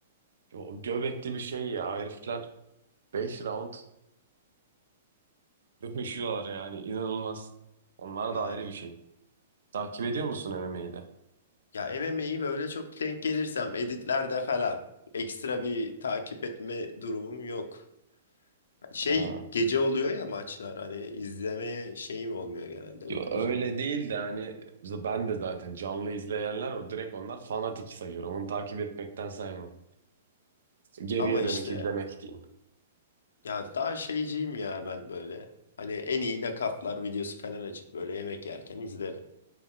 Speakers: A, on the right; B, on the left.
A: O göbekli bir şey ya. Herifler Beş round <laughs> dövüşüyorlar yani. inanılmaz. Onlar
B: Yani
A: da ayrı bir şey. Takip ediyor musun MMA'de?
B: ya MMA'yi böyle çok denk gelirsem editlerde falan ekstra bir takip etme durumum yok. Şey
A: <laughs>
B: gece oluyor ya maçlar hani izlemeye şeyim olmuyor genelde uyku
A: Yo, öyle
B: düzenimde.
A: değil de hani z- ben de zaten canlı izleyenler o direkt onlar fanatik sayıyorum. Onu takip etmekten saymam. Geriye
B: Ama işte
A: dönük izlemek diyeyim.
B: Ya daha şeyciyim ya ben böyle. Hani en iyi nakaflar videosu falan açıp böyle yemek yerken izlerim.